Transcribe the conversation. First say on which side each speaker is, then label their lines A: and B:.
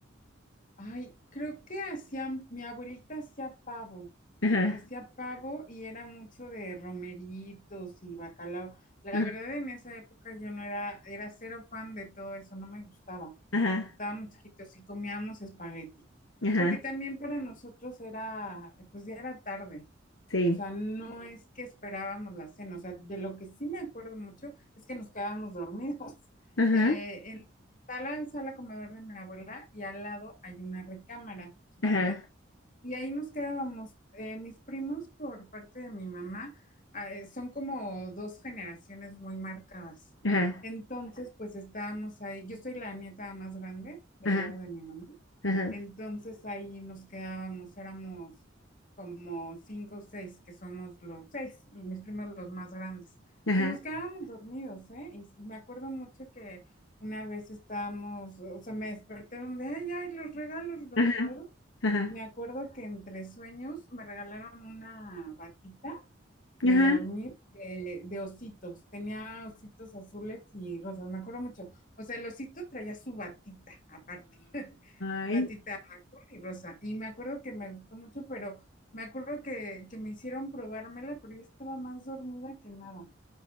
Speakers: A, on the left; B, on the left.
A: ay, creo que hacían, mi abuelita hacía pavo,
B: Ajá,
A: hacía pavo y era mucho de romeritos y bacalao. La
B: ajá,
A: verdad, en esa época yo no era, era cero fan de todo eso, no me gustaba.
B: ajá,
A: estábamos chiquitos y comíamos espagueti,
B: ajá,
A: porque también para nosotros era, pues ya era tarde,
B: sí,
A: o sea, no es que esperábamos la cena, o sea, de lo que sí me acuerdo mucho es que nos quedábamos dormidos. <laughs>
B: ajá,
A: Eh, en, está la sala comedor de mi abuela y al lado hay una recámara chiquita.
B: ajá,
A: Y ahí nos quedábamos. Eh, mis primos, por parte de mi mamá, ah, eh, son como dos generaciones muy marcadas.
B: ajá,
A: Entonces, pues estábamos ahí. Yo soy la nieta más grande del
B: ajá.
A: lado de mi mamá.
B: Ajá,
A: Entonces ahí nos quedábamos, éramos como cinco o seis, que somos los seis, mis primos los más grandes.
B: ajá,
A: Y nos quedábamos dormidos, ¿eh? Y me acuerdo mucho que una vez estábamos, o sea, me despertaron de, ay, ay, los regalos, los
B: ajá,
A: regalos.
B: ajá,
A: Me acuerdo que entre sueños me regalaron una batita de
B: ajá.
A: dormir de, de ositos. Tenía ositos azules y rosas, me acuerdo mucho. O sea, el osito traía su batita aparte, <laughs>
B: Ay.
A: su batita azul y rosa. Y me acuerdo que me gustó mucho, pero me acuerdo que, que me hicieron probármela, pero yo estaba más dormida que nada